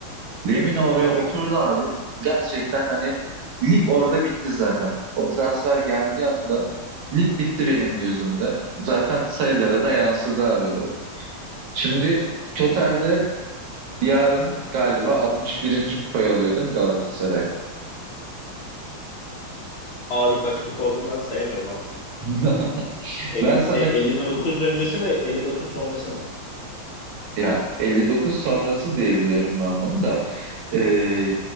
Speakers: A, on the right; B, on the left.
A: Lemina oraya
B: <laughs> Aha.
A: oturdu abi. Gerçekten hani lig orada bitti zaten. O transfer geldiği anda lig bitti benim gözümde. Zaten sayılara da yansıdı abi bu. Şimdi Totalde yarın galiba 61. kupayı alıyor değil mi Galatasaray?
B: Abi kaç kupa olduğunu ben sayamıyorum artık.
A: <laughs>
B: El-
A: Ben sana
B: e- 59 öncesi mi 59 sonrası mı?
A: ya 59 sonrası diyebiliyorum ben bunu da. Ee,